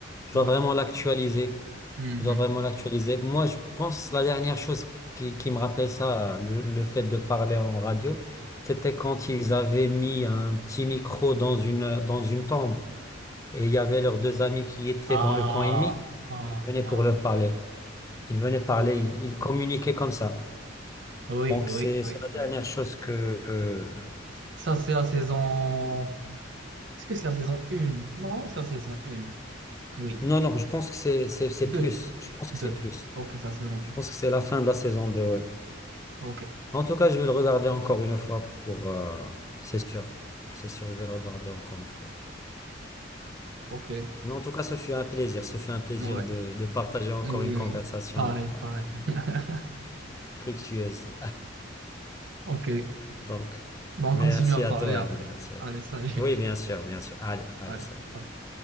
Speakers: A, on the left; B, on the right.
A: je
B: Ouais.
A: dois vraiment l'actualiser.
B: Mhm.
A: Je dois vraiment l'actualiser. Moi, je pense la dernière chose qui, qui me rappelle ça, le, le fait de parler en radio, c'était quand ils avaient mis un petit micro dans une, dans une tombe. Et il y avait leurs deux amis qui étaient
B: Ah,
A: dans le camp ennemi.
B: ah,
A: Ils venaient
B: ah.
A: pour leur parler. Ils venaient parler,
B: Oui.
A: ils, ils
B: Oui,
A: communiquaient comme ça.
B: oui,
A: Donc
B: oui,
A: c'est
B: oui.
A: c'est la dernière
B: oui.
A: chose que... euh,
B: Ça, c'est la saison. Est-ce que c'est la saison 1? Normalement, c'est la saison 1. Oui.
A: Non, non, je pense que c'est c'est- c'est
B: Deux.
A: plus. Je pense
B: Deux.
A: que c'est plus.
B: Ok, c'est la saison 2.
A: Je pense que c'est la fin de la saison 2. ouais.
B: Ok.
A: En tout cas, je vais le regarder encore une fois pour... euh, C'est sûr. C'est sûr, je vais le regarder encore une fois.
B: Ok.
A: Mais en tout cas, ce fut un plaisir. Ce fut un plaisir
B: Ouais.
A: de, de partager encore
B: Oui,
A: une conversation
B: oui. Pareil, pareil.
A: euh,
B: <laughs>
A: fructueuse.
B: Ok.
A: Donc,
B: Bon,
A: merci
B: on continue à parler
A: à toi,
B: après.
A: Ali. Merci à
B: Allez,
A: toi.
B: salut.
A: Oui, bien sûr, bien sûr. Allez, allez,
B: <laughs> Allez.
A: salut.
B: Ouais.